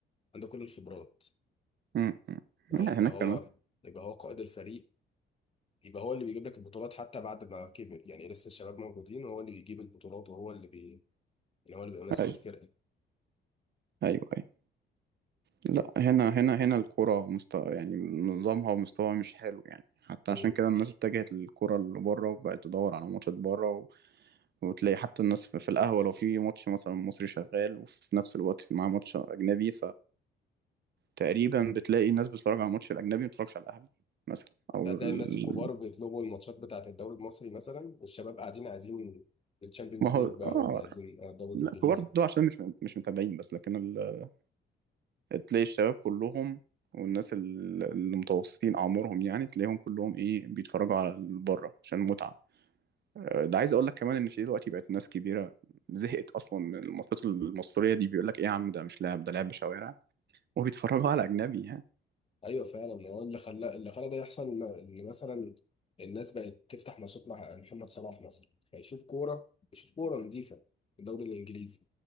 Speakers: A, on the left (about 30°); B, on the right (about 55°).
A: عنده كل الخبرات
B: م-
A: فيبقى
B: م. هناك
A: هو
B: كمان
A: يبقى هو قائد الفريق يبقى هو اللي بيجيب لك البطولات حتى بعد ما كبر يعني لسه الشباب موجودين وهو اللي بيجيب البطولات وهو اللي بي يعني هو اللي بيبقى ماسك
B: أيوه
A: الفرقه
B: أيوه أيوه. لا هنا هنا هنا الكرة مستوى يعني نظامها ومستواها مش حلو يعني حتى
A: مم.
B: عشان كده الناس اتجهت للكرة اللي بره وبقت تدور على ماتشات بره و... وتلاقي حتى الناس في, في القهوة لو في ماتش مثلا مصري شغال وفي نفس الوقت في معاه ماتش أجنبي فتقريبا بتلاقي الناس بتتفرج على الماتش الأجنبي ما بتتفرجش على الأهلي مثلا أو
A: يعني
B: ال...
A: هتلاقي الناس الكبار بيطلبوا الماتشات بتاعة الدوري المصري مثلا والشباب قاعدين عايزين الشامبيونز
B: ما
A: ليج
B: هو
A: بقى
B: آه
A: ولا عايزين الدوري
B: لا
A: الانجليزي
B: كبار ده عشان مش مش متابعين بس لكن ال... تلاقي الشباب كلهم والناس ال- المتوسطين أعمارهم يعني تلاقيهم كلهم إيه بيتفرجوا على بره عشان متعة آه، ده عايز اقول لك كمان ان في دلوقتي بقت ناس كبيره زهقت اصلا من الماتشات المصريه دي بيقول لك ايه يا عم ده مش لعب ده لعب شوارع وبيتفرجوا على اجنبي يعني
A: ايوه فعلا هو اللي خلى اللي خلى ده يحصل م- ان مثلا الناس بقت تفتح ماتشات مع محمد صلاح مثلا فيشوف كوره يشوف كوره نظيفه في الدوري الانجليزي